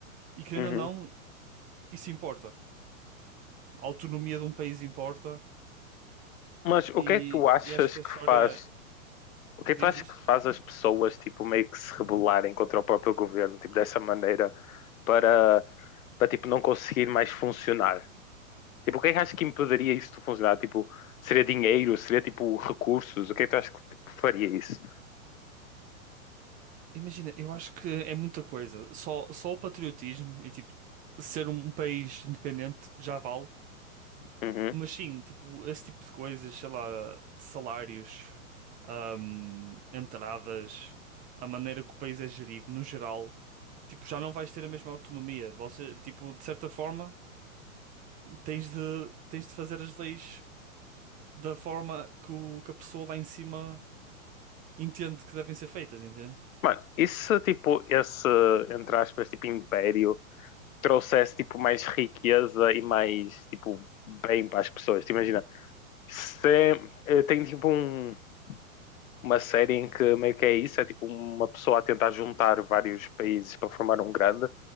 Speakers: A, on the right (about 20°); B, on the left (about 70°).
A: e querendo
B: uhum.
A: ou não, isso importa. A autonomia de um país importa,
B: Mas o
A: e,
B: que é que tu achas
A: e acho que
B: que
A: a história
B: faz? O que
A: diz
B: é que tu achas
A: isto.
B: que faz as pessoas tipo meio que se rebelarem contra o próprio governo, tipo dessa maneira, para para tipo não conseguir mais funcionar? Tipo, o que é que achas que impediria isso de funcionar? Tipo, seria dinheiro? Seria, tipo, recursos? O que é que tu achas que tipo, faria isso?
A: Imagina, eu acho que é muita coisa. Só, só o patriotismo e tipo ser um país independente já vale.
B: Uhum.
A: Mas sim, tipo, esse tipo de coisas, sei lá, salários, ahm, entradas, a maneira que o país é gerido, no geral, tipo, já não vais ter a mesma autonomia. Você, tipo, de certa forma, tens de, tens de fazer as leis da forma que, o, que a pessoa lá em cima entende que devem ser feitas, entende?
B: Mano, e se, tipo, esse, entre aspas, tipo, império trouxesse, tipo, mais riqueza e mais, tipo, bem para as pessoas? Tipo, imagina, se eh, tem, tipo, um, uma série em que meio que é isso, é, tipo, uma pessoa a tentar juntar vários países para formar um grande